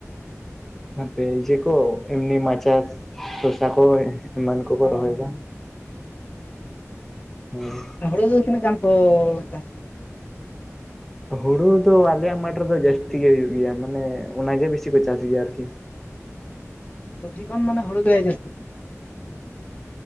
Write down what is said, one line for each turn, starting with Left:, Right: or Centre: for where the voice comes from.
Centre: ᱦᱟᱯᱮ ᱤᱭᱟ ᱠᱚ ᱮᱢ ᱢᱟᱪᱷᱟ ᱥᱚᱥᱟ ᱠᱚ ᱮᱢᱟᱱ ᱠᱚᱠᱚ
Left: ᱦᱚᱸ
Centre: ᱨᱚᱦᱚᱭ ᱫᱟ ᱾ ᱦᱮᱸ
Left: ᱦᱩᱲᱩ ᱫᱚ ᱛᱤᱱ ᱜᱟᱱ ᱠᱚ ᱪᱟᱥ
Centre: ᱦᱩᱲᱩ ᱫᱚ ᱟᱞᱮᱭᱟᱜ ᱢᱟᱴᱷ ᱨᱮᱫᱚ ᱡᱟᱹᱥᱛᱤ ᱜᱮ ᱦᱩᱭᱩᱜ ᱜᱮᱭᱟ ᱢᱟᱱᱮ ᱚᱱᱟᱜᱮ ᱵᱤᱥᱤ ᱠᱚ ᱪᱟᱥ ᱜᱮᱭᱟ ᱟᱨᱠᱤ
Left: ᱥᱚᱵᱡᱤ ᱠᱷᱚᱱ ᱢᱟᱱᱮ ᱦᱩᱭᱟᱭ ᱡᱟᱹᱥᱛᱤ